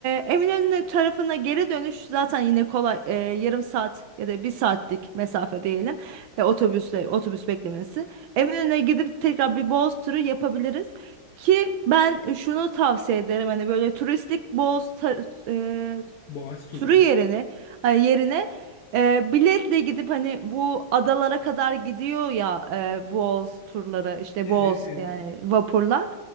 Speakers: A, on the right (about 75°); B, on the left (about 85°).
A: Eminönü tarafına geri dönüş zaten yine kolay e, yarım saat ya da bir saatlik mesafe diyelim e, otobüsle otobüs beklemesi. Eminönü'ne gidip tekrar bir Boğaz turu yapabiliriz. Ki ben şunu tavsiye ederim hani böyle turistik bol sa- e,
B: Boğaz turları.
A: turu yerine ay, yerine e, biletle gidip hani bu adalara kadar gidiyor ya e, Boğaz turları işte
B: Evet
A: Boğaz
B: evet.
A: yani vapurlar.